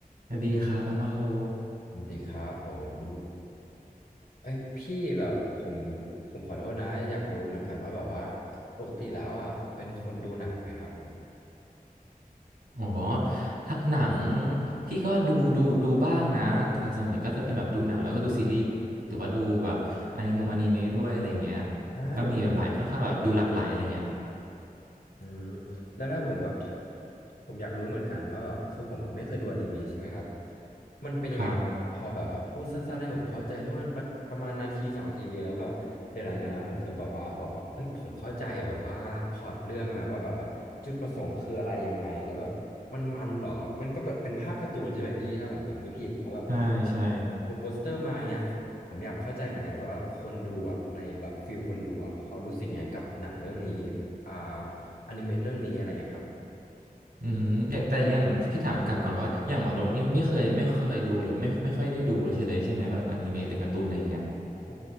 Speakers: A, on the right (about 85°); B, on the left (about 70°).
A: สวัสดีครับน้องว่าโล
B: สวัสดีครับผมเอ้ยพี่แบบผมผมขอโทษนะอยากรู้เหมือนกันว่าแบบว่าปกติแล้วอ่ะเป็นคนดูหนังไหมครับผม
A: อ๋อถ้าหนังพี่ก็ดูดูดูบ้างนะแต่ส่วนใหญ่ก็จะเป็นแบบดูหนังแล้วก็ดูซีรีส์หรือว่าดูแบบอนิมงอนิเมะด้วยอะไรอย่างเงี้ย
B: อ่าดู
A: ก็มีแบบหลายค่อนข้างแบบดูหลากหลายอะไรเงี้ย
B: อืมแล้วถ้าผมแบบผมอยากรู้เหมือนกันว่าแบบคือผมอ่ะไม่เคยดูอนิเมะใช่ไหมครับมันเป็นยังไงพอแบบว่าพูดสั้นๆให้ผมเข้าใจสักประมาณประประมาณนาทีสองนาทีแล้วแบบเดี๋ยวหลังจากนั้นผมจะแบบว่าบอกว่าเอ้ยผมเข้าใจแบบว่าพล็อตเรื่องไหมว่าแบบว่าจุดประสงค์คืออะไรยังไงแล้วแบบมันมันเหรอมันก็แบบเป็นภาพการ์ตูนใช่ไหมพี่ถ้าผมจำไม่ผิดเพราะแบบ
A: ครับใช่ใช่
B: เปิดโปสเตอร์มาอย่างเงี้ยผมอยากเข้าใจเหมือนกันว่าแบบคนดูอ่ะในแบบฟิลคนดูอ่ะเขารู้สึกไงกับหนังเรื่องนี้อ่า อนิเมะเรื่องนี้อะไรอย่างเงี้ยครับผม
A: อืมแต่แต่อย่างพี่ถามกลับก่อนว่าอย่างว่าโลนี่ไม่เคยไม่เคยดูหรือไม่ไม่ค่อยได้ดูเลยใช่เลยใช่ไหมแบบอนิเมะหรือการ์ตูนอะไรอย่างเงี้ย
B: โห